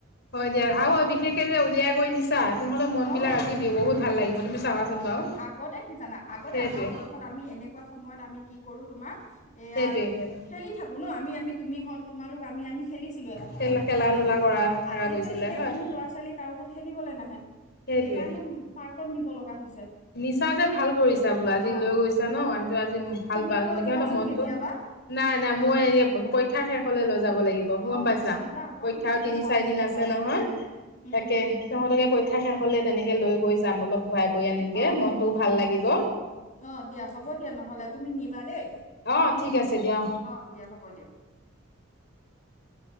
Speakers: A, on the left (about 55°); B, on the left (about 35°).
A: হয় দিয়া আৰু বিশেষকে যে উলিয়াই গৈ নিছা সিহঁতৰ মনবিলাক
B: অ
A: আজি বহুত ভাল লাগিব তুমি চাবাচোন বাৰু
B: আগতে কি জানা আগতে
A: সেইটোৱে
B: আমাৰ বয়সত আমি এনেকোৱা সময়ত আমি কি কৰো তোমাৰ এয়া
A: সেইটোৱেই সেই
B: খেলি থাকো ন আমি-আমি তুমি হ‌ওক তোমালোক আমি আমি খেলিছিলো এটা সময়ত
A: খেল খেলা
B: আবেলি
A: ধূলা কৰা থকা
B: আজিকালি
A: গৈছিলে
B: এতিয়া
A: হয়
B: কোনো ল'ৰা ছোৱালী কাৰো ঘৰত খেলিবলৈ নাহে
A: সেইটোৱে
B: সেই কাৰণে পাৰ্কত নিব লগা হৈছে
A: নিচা যে ভাল কৰিছা বোলো আজি
B: অ
A: লৈ গৈছা ন সেইটো আজি ভাল
B: তুমিও
A: পাম
B: লৈ
A: সিহঁতৰ
B: যাবাচোন
A: মনটো
B: কেতিয়াবা
A: নাই-নাই মই এনে পৰীক্ষা শেষ হ'লে লৈ যাব লাগিব
B: অ',
A: গম পাইছা
B: নিবা আকৌ
A: পৰীক্ষা
B: নিলে
A: তিনি
B: ভাল
A: চাৰি
B: হ'ব
A: দিন আছে
B: ল'ৰা ছোৱালী
A: নহয়
B: উম,
A: তাকে সিহঁতকে পৰীক্ষা শেষ হলে তেনেকে লৈ গৈ যাম অলপ ঘূৰাই কৰি আনি মগে
B: অ',
A: মনটোও
B: অ',
A: ভাল লাগিব।
B: অ দিয়া হ'ব দিয়া নহলে তুমি নিবা দেই
A: অহ ঠিক আছে দিয়া।
B: অ', দিয়া হ'ব দিয়া। <inaudible>